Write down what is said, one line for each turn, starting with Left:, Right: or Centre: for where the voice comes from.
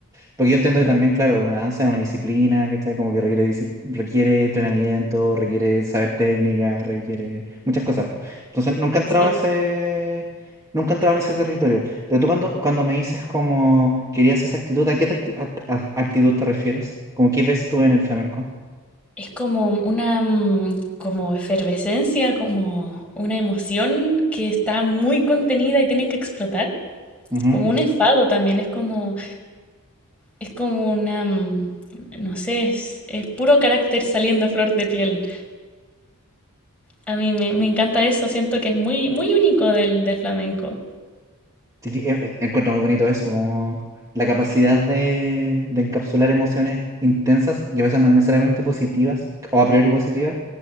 Right: Porque yo entiendo que también, claro, una danza es una disciplina, ¿cachai? Como que requiere, disci- requiere entrenamiento, requiere saber técnica, requiere muchas cosas, po. Entonces, nunca he entrado
Centre: sí.
Right: a ese. Nunca he entrado en ese territorio. Pero tú cuando, cuando me dices como querías esa actitud, ¿a qué te acti- act- a- actitud te refieres? Como qué ves tú en el flamenco?
Centre: Es como una mm, como efervescencia, como una emoción que está muy contenida y tienen que explotar.
Right: Ujú.
Centre: Como un enfado también, es como, es como una, mm, no sé, es, es puro carácter saliendo a flor de piel. A mí me, me encanta eso, siento que es muy, muy único del, del flamenco.
Right: Sí que, eh, eh, encuentro muy bonito eso, como la capacidad de, de encapsular emociones intensas y a veces no necesariamente positivas o a priori positivas,